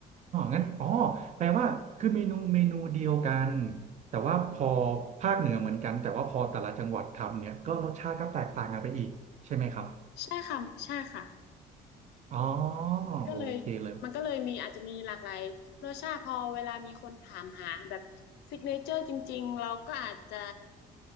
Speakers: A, on the right; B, on the left.
A: งั้นอ๋อแปลว่าคือเมนูเมนูเดียวกันแต่ว่าพอภาคเหนือเหมือนกันแต่ว่าพอแต่ละจังหวัดทำเนี่ยก็รสชาติก็แตกต่างกันไปอีกใช่ไหมครับ
B: ใช่ค่ะใช่ค่ะ
A: อ๋อ
B: มันก็เลยมันก็เลยมีอาจจะมีหลากหลายรสชาติพอเวลามีคนถามหาแบบซิกเนเจอร์จริงๆเราก็อาจจะ
A: โอเคเลย